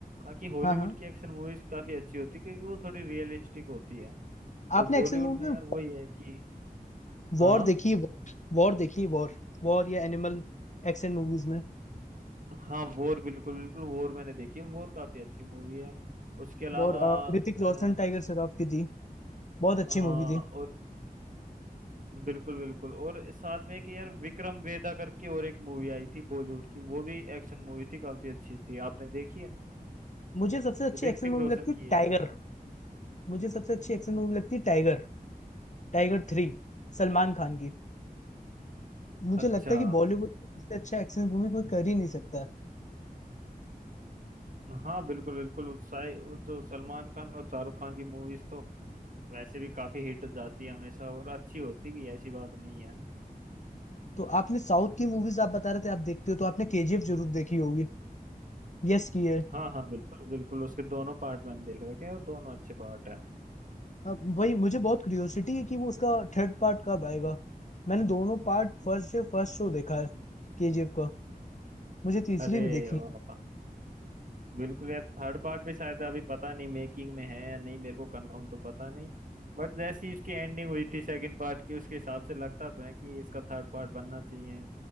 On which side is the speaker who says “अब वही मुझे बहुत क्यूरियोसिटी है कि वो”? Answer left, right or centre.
Left